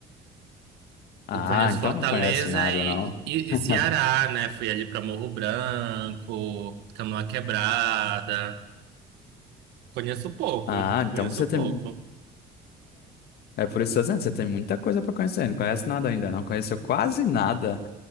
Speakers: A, on the left (about 70°); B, on the right (about 85°).
A: Ah,
B: Eu conheço
A: então
B: Fortaleza
A: não conhece nada,
B: e,
A: não.
B: e,
A: <laughs>
B: e Ceará, né? Fui ali pra Morro Branco, Canoa Quebrada. Conheço pouco,
A: Ah, então
B: conheço
A: você tem.
B: pouco.
A: É, é por isso que eu tô dizendo, você tem muita coisa para conhecer. Não conhece nada ainda, não conheceu quase nada.